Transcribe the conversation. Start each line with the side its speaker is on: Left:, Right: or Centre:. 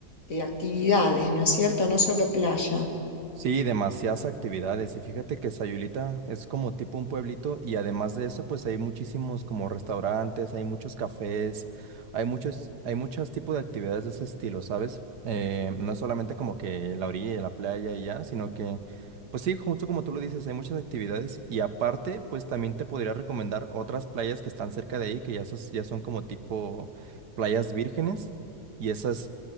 Left: de actividades, ¿no es cierto? No solo playa.
Right: Sí, demasiadas actividades. Y fíjate que Sayulita es como tipo un pueblito y además de eso, pues hay muchísimos como restaurantes, hay muchos cafés, hay muchos, hay muchos tipos de actividades de ese estilo, ¿sabes? Eh, no es solamente como que la orilla de la playa y ya, sino que, pues sí, justo como tú lo dices, hay muchas actividades y aparte, pues también te podría recomendar otras playas que están cerca de ahí, que ya, esas ya son como tipo playas vírgenes. Y esas